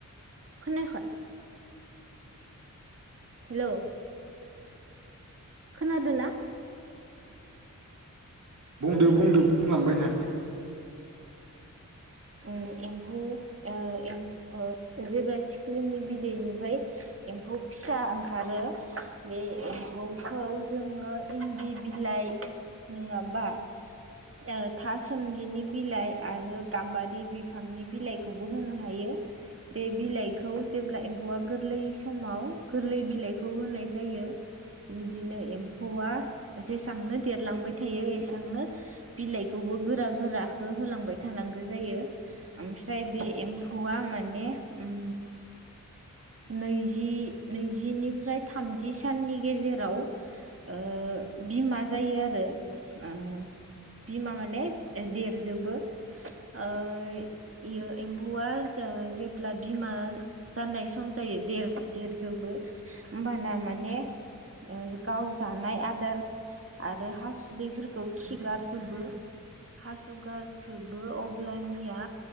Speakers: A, on the right; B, on the right.
A: खानायाखै? हेलौ खोनादोंना?
B: बुंदो बुंदो बुंलांबाय थादो
A: ओ एम्फौ ओ एमफ ओ जेब्ला सिख्रिनि बिदैनिफ्राय एम्फौ फिसा ओंखारो बे एम्फौखौ जोङो इन्दि बिलाइ नङाबा ओ था सोमलिनि बिलाइ आरो गाम्बारि बिफांनि बिलाइखौबो होनो हायो बे बिलाइखौ जेब्ला एम्फौआ गोरलै समाव गोरलै बिलाइखौ होनाय जायो बिदिनो एम्फौआ जेसांनो देरलांबाय थायो एसांनो बिलाइखौबो गोरा गोराखो होलांबाय थानांगौ जायो ओमफ्राय बे एम्फौआ माने ओम नैजि नैजिनिफ्राय थामजि साननि गेजेराव ओ बिमा जायो आरो ओ बिमा माने देरजोबो। ओ इयो एम्फौआ ओ जेब्ला बिमा जानाय सम जायो देर देरजोबो होनबाना माने ओ गाव जानाय आदार आरो हासुदैफोरखौ खिगारजुबो हासुगार जोबो अब्लानिया